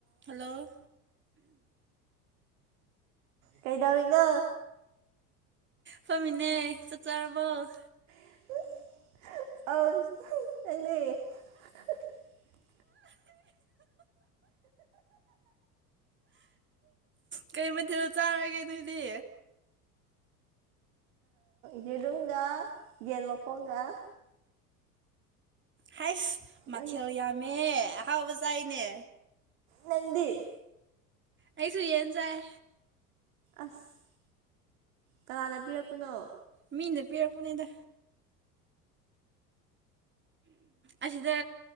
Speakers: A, on the right; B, on the right.
A: Hello
B: ꯀꯩꯗꯧꯔꯤꯅꯣ
A: ꯐꯃꯤꯅꯦ ꯆꯠꯆꯥꯔꯕꯣꯛ
B: <unintelligible>
A: ꯀꯩ ꯃꯊꯦꯜ ꯆꯥꯔꯒꯦ ꯅꯣꯏꯗꯤ꯫
B: ꯌꯦꯔꯨꯝꯒ ꯌꯦꯟ ꯃꯈꯣꯡꯒ꯫
A: ꯍꯩꯁ ꯃꯊꯦꯜ
B: ꯅꯪ
A: ꯌꯥꯝꯃꯦ ꯑꯍꯥꯎꯕ ꯆꯥꯏꯅꯦ꯫
B: ꯅꯪꯗꯤ꯫
A: ꯑꯩꯁꯨ ꯌꯦꯟ ꯆꯥꯌꯦ꯫
B: ꯑꯁ ꯀꯅꯥꯅ ꯄꯤꯔꯛꯄꯅꯣ꯫
A: ꯃꯤꯅ ꯄꯤꯔꯛꯄꯅꯤꯗ꯫ ꯑꯁꯤꯗ